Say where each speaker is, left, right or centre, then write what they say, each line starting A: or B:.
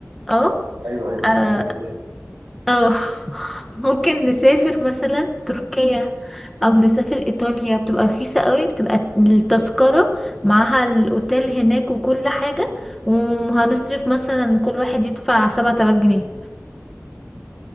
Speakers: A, in the centre; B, on the right (about 80°).
A: اه
B: ايوه ايوه
A: آه،
B: باكج
A: اه <laughs> ممكن نسافر مثلا تركيا او نسافر ايطاليا بتبقى رخيصة قوي بتبقى التذكرة معاها الاوتيل هناك وكل حاجة وهنصرف مثلا كل واحد يدفع سبعة آلاف جنيه